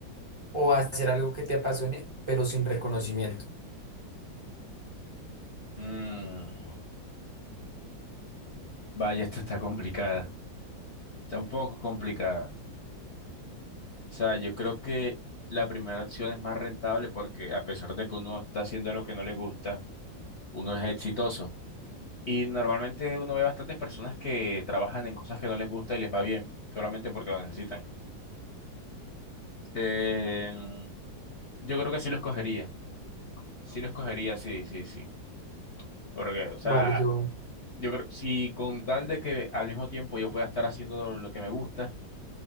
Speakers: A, on the right (about 20°); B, on the left (about 45°).
A: o hacer algo que te apasione, pero sin reconocimiento?
B: Mm, vaya, esta está complicada, está un poco complicada. O sea, yo creo que la primera opción es más rentable porque a pesar de que uno está haciendo lo que no le gusta, uno es exitoso. Y normalmente uno ve bastantes personas que trabajan en cosas que no les gusta y les va bien, solamente porque lo necesitan. Em, yo creo que sí lo escogería. Sí lo escogería, sí, sí, sí. Porque, o sea,
A: Vale, yo,
B: yo creo, si con tal de que al mismo tiempo yo pueda estar haciendo lo que me gusta,